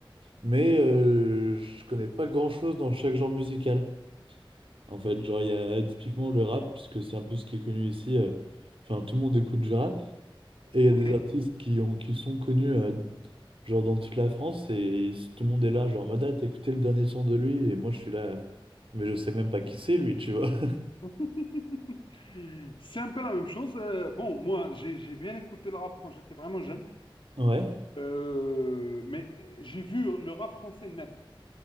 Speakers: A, on the right; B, on the left.
A: mais euh, je connais pas grand-chose dans chaque genre musical. En fait, genre, il y a typiquement le rap, puisque c'est un peu ce qui est connu ici. euh, Enfin, tout le monde écoute du rap. Et il y
B: Ok.
A: a des artistes qui ont, qui sont connus, euh, genre, dans toute la France, et ils- tout le monde est là, genre, en mode, ah, t'as écouté le dernier son de lui, et moi, je suis là, mais je sais même pas qui c'est, lui, tu vois. <laughs>
B: <laughs> C'est un peu la même chose. euh, bon, moi, j'ai j'ai bien écouté le rap quand j'étais vraiment jeune.
A: Ouais.
B: Euh, mais j'ai vu le rap français naître